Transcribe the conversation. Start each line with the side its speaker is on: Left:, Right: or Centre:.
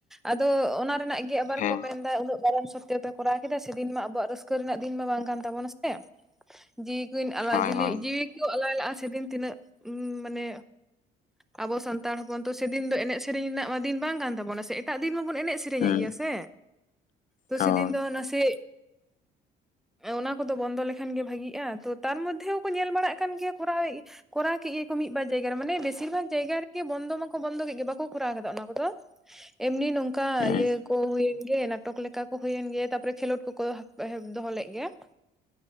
Centre: ᱟᱫᱚ ᱚᱱᱟ ᱨᱮᱱᱟᱜ ᱜᱮ ᱟᱵᱟᱨ
Left: ᱦᱮᱸ
Centre: ᱠᱚ ᱢᱮᱱᱫᱟ ᱩᱱᱟᱹᱜ ᱜᱚᱨᱚᱢ ᱥᱚᱛᱛᱮ ᱠᱟᱛᱮ ᱠᱚᱨᱟᱣ ᱠᱮᱫᱟ ᱥᱮᱫᱤᱱ ᱢᱟ ᱟᱵᱚᱣᱟᱜ ᱨᱟᱹᱥᱠᱟᱹ ᱨᱮᱱᱟᱜ ᱫᱤᱱ ᱢᱟ ᱵᱟᱝ ᱠᱟᱱ ᱛᱟᱵᱚᱱᱟ ᱥᱮ ᱡᱤᱣᱤ ᱠᱚᱧ ᱟᱞᱟᱭ
Left: ᱦᱳᱭ
Centre: ᱡᱤ
Left: ᱦᱳᱭ
Centre: ᱡᱤᱣᱤ ᱠᱚ ᱟᱞᱟᱭ ᱞᱟᱜᱼᱟ ᱥᱮᱫᱤᱱ ᱛᱤᱱᱟᱹᱜ ᱩᱸ ᱢᱟᱱᱮ ᱟᱵᱚ ᱥᱟᱱᱛᱟᱲ ᱦᱚᱯᱚᱱ ᱛᱚ ᱥᱮᱫᱤᱱ ᱫᱚ ᱮᱱᱮᱡ ᱥᱮᱨᱮᱧ ᱨᱮᱱᱟᱜ ᱢᱟ ᱫᱤᱱ ᱵᱟᱝ ᱠᱟᱱ ᱛᱟᱵᱚᱱᱟ ᱥᱮ ᱮᱴᱟᱜ ᱫᱤᱱ ᱢᱟᱵᱚᱱ ᱮᱱᱮᱡ ᱥᱮᱨᱮᱧ
Left: ᱦᱩᱸ
Centre: ᱥᱮᱨᱮᱧᱮᱫ ᱜᱮᱭᱟ ᱥᱮ ᱛᱚ
Left: ᱦᱳᱭ
Centre: ᱥᱮᱫᱤᱱ ᱫᱚ ᱱᱟᱥᱮ ᱚᱱᱟ ᱠᱚᱫᱚ ᱵᱚᱱᱫᱚ ᱞᱮᱠᱷᱟᱱᱜᱮ ᱵᱷᱟᱜᱤᱜᱼᱟ ᱛᱚ ᱛᱟᱨ ᱢᱚᱫᱽᱫᱷᱮ ᱦᱚᱸᱠᱚ ᱧᱮᱞ ᱵᱟᱲᱟᱜ ᱠᱟᱱ ᱜᱮᱭᱟ ᱠᱚᱨᱟᱣ ᱠᱚᱨᱟᱣ ᱠᱮᱫ ᱜᱮᱠᱚ ᱢᱤᱫ ᱵᱟᱨ ᱡᱟᱭᱜᱟ ᱨᱮ ᱢᱟᱱᱮ ᱵᱮᱥᱤᱨ ᱵᱷᱟᱜ ᱡᱟᱭᱜᱟ ᱨᱮᱜᱮ ᱵᱚᱱᱫᱚ ᱢᱟᱠᱚ ᱵᱚᱱᱫᱚ ᱠᱮᱫ ᱜᱮ ᱵᱟᱠᱚ ᱠᱚᱨᱟᱣ ᱠᱮᱫᱟ ᱚᱱᱟ ᱠᱚᱫᱚ ᱮᱢᱱᱤ ᱱᱚᱝᱠᱟ
Left: ᱦᱮᱸ
Centre: ᱤᱭᱟᱹ ᱠᱚ ᱦᱩᱭᱮᱱ ᱜᱮ ᱱᱟᱴᱚᱠ ᱞᱮᱠᱟ ᱦᱩᱭᱮᱱ ᱜᱮᱭᱟ ᱛᱟᱨᱯᱚᱨᱮ ᱠᱷᱮᱞᱳᱰ ᱠᱚᱠᱚ ᱫᱚᱦᱚ ᱞᱮᱫ ᱜᱮᱭᱟ ᱾